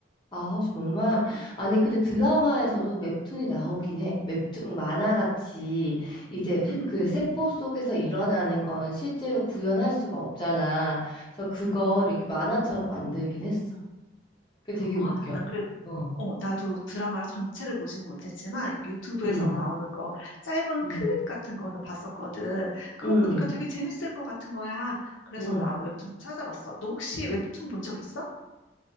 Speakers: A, on the left; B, on the left.
A: 아, 정말.
B: 너,
A: 아니, 근데
B: 어,
A: 드라마에서도 웹툰이 나오긴 해. 웹툰, 만화같이 이제
B: 응,
A: 그 세포 속에서 일어나는 건 실제로 구현할 수가 없잖아. 그래서 그걸
B: 응.
A: 이렇게 만화처럼 만들긴 했어. 그게 되게
B: 어,
A: 웃겨.
B: 안 그래.
A: 어.
B: 어, 나도 드라마 전체를 보지는 못했지만 유튜브에서
A: 응,
B: 나오는 거 짧은
A: 응,
B: 클립 같은 거는 봤었거든. 그거
A: 응,
B: 보니까 되게 재밌을 것 같은 거야. 그래서
A: 응.
B: 나 웹툰을 찾아봤어. 너 혹시 웹툰 본 적 있어?